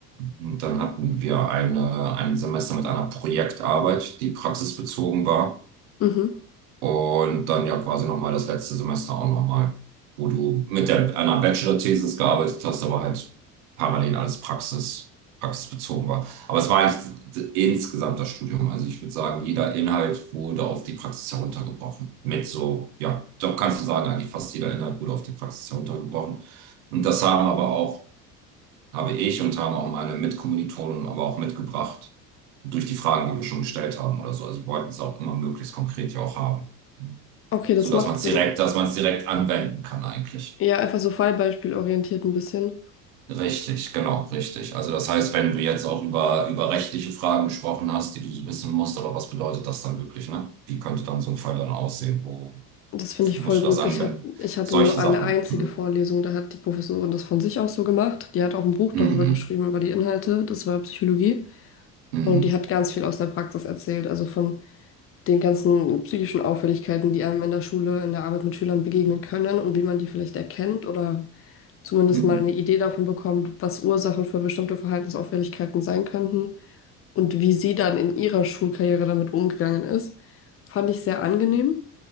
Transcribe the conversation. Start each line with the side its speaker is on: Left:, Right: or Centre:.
Right: und dann hatten wir eine, ein Semester mit einer Projektarbeit, die praxisbezogen war.
Left: Mhm.
Right: Und dann ja quasi nochmal das letzte Semester auch nochmal, wo du mit der, einer Bachelor-Thesis gearbeitet hast, aber halt parallel alles Praxis, praxisbezogen war. Aber es war eigentlich insgesamt das Studium. Also ich würde sagen, jeder Inhalt wurde auf die Praxis heruntergebrochen. Mit so, ja, doch kannst du sagen, eigentlich fast jeder Inhalt wurde auf die Praxis heruntergebrochen. Und das haben aber auch, habe ich und haben auch meine Mitkommilitonen aber auch mitgebracht. Durch die Fragen, die wir schon gestellt haben oder so. Also wir wollten es auch immer möglichst konkret ja auch haben
Left: Okay, das
Right: sodass
Left: macht
Right: man es
Left: Sinn.
Right: direkt, dass man es direkt anwenden kann eigentlich.
Left: Ja, einfach so fallbeispielorientiert ein bisschen.
Right: Richtig, genau, richtig. Also das heißt, wenn du jetzt auch über, über rechtliche Fragen gesprochen hast, die du so wissen musst, aber was bedeutet das dann wirklich, ne? Wie könnte dann so ein Fall dann aussehen? Wo
Left: Das finde ich
Right: musst
Left: voll
Right: du
Left: gut.
Right: das anwenden?
Left: Ich hat, ich hatte
Right: Solche
Left: nur eine
Right: Sachen.
Left: einzige
Right: Mhm.
Left: Vorlesung, da hat die Professorin das von sich aus so gemacht. Die hat auch ein Buch darüber
Right: Mhm.
Left: geschrieben, über die Inhalte. Das war Psychologie.
Right: Mhm.
Left: Und die hat ganz viel aus der Praxis erzählt, also von den ganzen psychischen Auffälligkeiten, die einem in der Schule, in der Arbeit mit Schülern begegnen können und wie man die vielleicht erkennt oder zumindest
Right: Mhm.
Left: mal eine Idee davon bekommt, was Ursachen für bestimmte Verhaltensauffälligkeiten sein könnten und wie sie dann in ihrer Schulkarriere damit umgegangen ist, fand ich sehr angenehm.